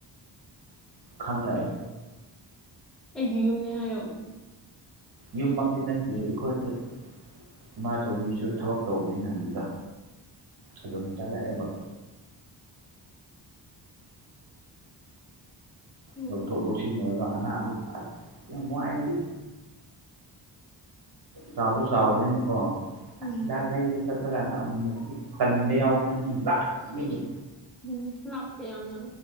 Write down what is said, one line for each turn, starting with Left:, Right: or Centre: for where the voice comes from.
Right: ꯈꯥꯡꯂꯛꯑꯦ
Centre: ꯑꯩꯒꯤ ꯌꯨꯝꯅꯦ ꯍꯥꯏꯌꯣ
Right: ꯌꯨꯝꯃꯛꯇꯤ ꯅꯠꯇꯦ ꯑꯩꯈꯣꯏ ꯏꯃꯥꯆꯧꯕꯤꯁꯨ ꯊꯕꯛ ꯇꯧꯕꯅꯤꯅ ꯑꯗꯨꯗ ꯑꯗꯨꯝ ꯆꯠꯂꯛꯑꯦꯕ
Centre: ꯎꯝ
Right: ꯂꯧꯊꯣꯛ ꯂꯧꯁꯤꯟ ꯑꯣꯏꯔ ꯑꯅꯥꯕ ꯑꯁ ꯌꯥꯝ ꯋꯥꯏꯗ ꯆꯥꯎꯁꯨ ꯆꯥꯎꯕꯅꯤꯅꯀꯣ
Centre: ꯎꯝ
Right: ꯑꯁ ꯍꯤꯗꯥꯛ ꯂꯩꯕ ꯆꯠꯂꯒꯥꯟꯗ ꯑꯃꯨꯛꯃꯨꯛꯇꯤ ꯇꯟꯕ ꯌꯥꯎꯕꯅꯤꯍꯦ ꯂꯥꯛ ꯏ
Centre: ꯎꯝ ꯂꯥꯞꯄꯦ ꯌꯥꯝꯅ